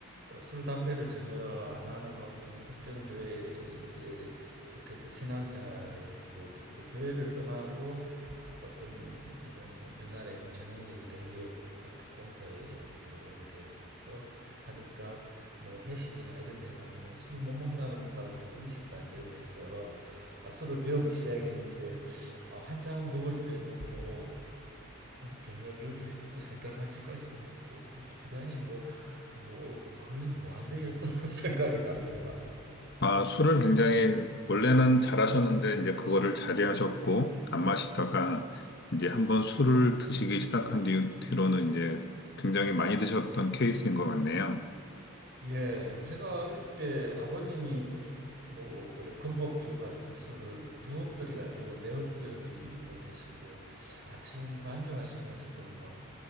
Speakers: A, on the right; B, on the left.
A: 어, 술, 담배를 전혀 안 하는 어떤 특정 교회에 속해서 신앙생활을 했고, 이제 그때 교회를 떠나고 어떤 이런 우리나라의 뭐 전형적인 대기업 같은 공사에 이렇게 들어가게 돼서 하니까 뭐 회식이나 이런 데 가면 술 못 먹는다고 해도 인식도 안 되고 해서 아, 술을 배우기 시작했는데 아, 한창 먹을 때는 뭐 한 저녁 6시부터 새벽 1시까지도 먹고 그래서 주량이 뭐 뭐 거의 무한대였던 <laughs> 거 생각이 납니다.
B: 아, 술을 굉장히 원래는 잘하셨는데 이제 그거를 자제하셨고, 안 마시다가 이제 한번 술을 드시기 시작한 뒤, 뒤로는 이제 굉장히 많이 드셨던 케이스인 것 같네요.
A: 예, 제가 어릴 때 아버님이 뭐 우리 건복주 같은 술을 두 엎드리가 아니고 네 엎드리도 드시고 아침 반주하시면서도 막